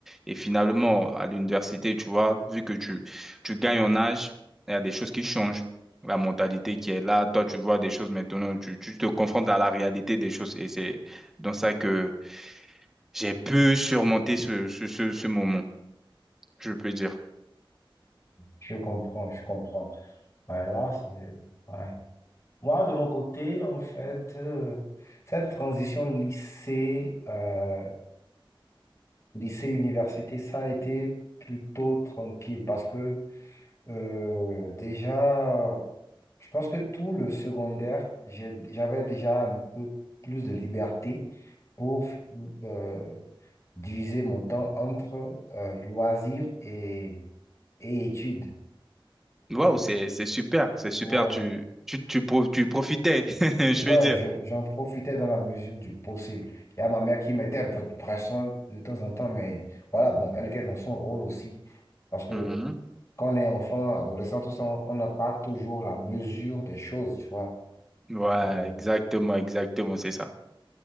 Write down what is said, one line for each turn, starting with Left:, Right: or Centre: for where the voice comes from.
Centre: Et finalement, à l'université, tu vois, vu que tu, tu gagnes en âge, il y a des choses qui changent. La mentalité qui est là, toi, tu vois des choses maintenant, tu, tu te confrontes à la réalité des choses. Et c'est dans ça que j'ai pu surmonter ce, ce, ce, ce moment, je peux dire.
Left: Je comprends, je comprends. Ouais, là, c'est... Ouais. Moi, de mon côté, en fait, euh, cette transition lycée, euh, lycée-université, ça a été plutôt tranquille parce que Euh, déjà, je pense que tout le secondaire, j'ai- j'avais déjà un peu plus de liberté pour euh, diviser mon temps entre euh, loisirs et, et études.
Centre: Waouh,
Left: C'était,
Centre: c'est, c'est super, c'est super,
Left: ouais,
Centre: tu, tu, tu, pro- tu profitais, <laughs> je
Left: ouais,
Centre: veux dire.
Left: je- j'en profitais dans la mesure du possible. Il y a ma mère qui mettait un peu de pression de temps en temps, mais voilà, bon, elle était dans son rôle aussi. Parce que
Centre: Mhm.
Left: quand on est enfant, adolescent, tout ça, on on n'a pas toujours la mesure des choses, tu vois.
Centre: Ouais,
Left: Euh,
Centre: exactement, exactement, c'est ça.